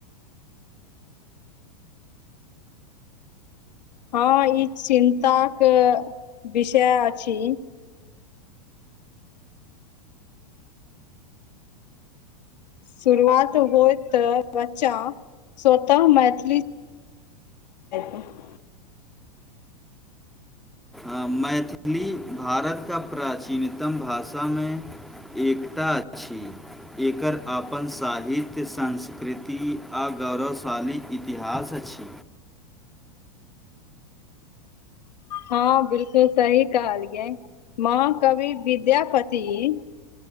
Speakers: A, on the left; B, in the centre.
A: हँ ई चिन्ताक विषय अछि। शुरुआत होयत तऽ बच्चा स्वतः मैथिली- <inaudible>
B: हं मैथिली भारत का प्राचीनतम भाषामे- एकता अछि। एकर अपन साहित्य संस्कृति आ गौरवशाली इतिहास अछि।
A: हँ बिलकुल सही कहलियै महाकवि विद्यापति-